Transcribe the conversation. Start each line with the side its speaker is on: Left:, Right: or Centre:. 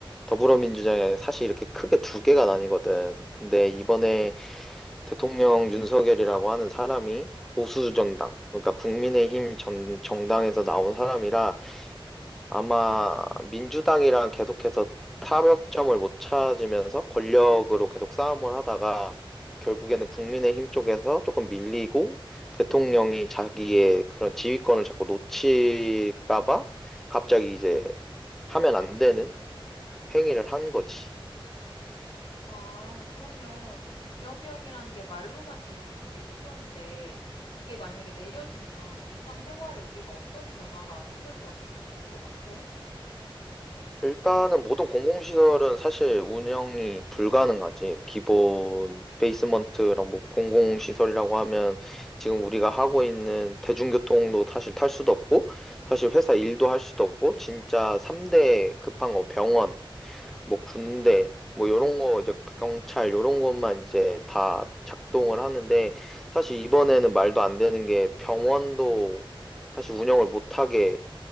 Centre: 더불어민주당이 사실 이렇게 크게 두 개가 나뉘거든. 근데 이번에 대통령 윤석열이라고 하는 사람이 보수 정당, 그러니까 국민의힘 전, 정당에서 나온 사람이라 아마 민주당이랑 계속해서 타협점을 못 찾으면서 권력으로 계속 싸움을 하다가 결국에는 국민의힘 쪽에서 조금 밀리고 대통령이 자기의 그런 지휘권을 자꾸 놓칠까 봐 갑자기 이제 하면 안 되는 행위를 한 거지.
Left: 아, 그러면 계엄령이라는 게 말로만 들어도 되게 무서운데 이게 만약에 내려지면 일상생활에 우리가 어떤 변화가 생겼었을 것 같아?
Centre: 일단은 모든 공공시설은 사실 운영이 불가능하지. 기본 베이스먼트라고 뭐 공공시설이라고 하면 지금 우리가 하고 있는 대중교통도 사실 탈 수도 없고, 사실 회사 일도 할 수도 없고, 진짜 3대 급한 거 병원, 뭐 군대, 뭐 요런 거 이제 경찰 요런 것만 이제 다 작동을 하는데 사실 이번에는 말도 안 되는 게 병원도 사실 운영을 못하게